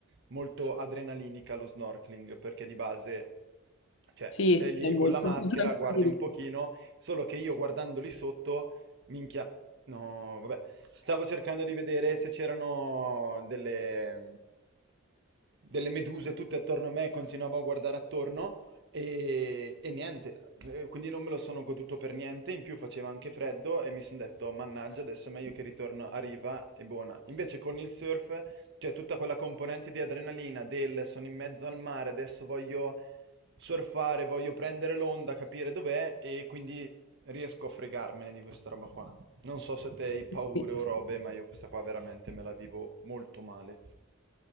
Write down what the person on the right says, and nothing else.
molto adrenalinica lo snorkeling, perché di base, cioè,
sei lì
con la maschera,
guardi un pochino, solo che io guardando lì sotto, minchia, no, vabbè, stavo cercando di vedere se c'erano delle, delle meduse tutte attorno a me, continuavo a guardare attorno e, e niente, eh, quindi non me lo sono goduto per niente, in più faceva anche freddo e mi sono detto, mannaggia, adesso è meglio che ritorno a riva e buona. Invece con il surf c'è tutta quella componente di adrenalina del sono in mezzo al mare, adesso voglio surfare, voglio prendere l'onda, capire dov'è e quindi riesco a fregarmene di questa roba qua. Non so se te hai paure
o robe, ma io questa qua veramente me la vivo molto male.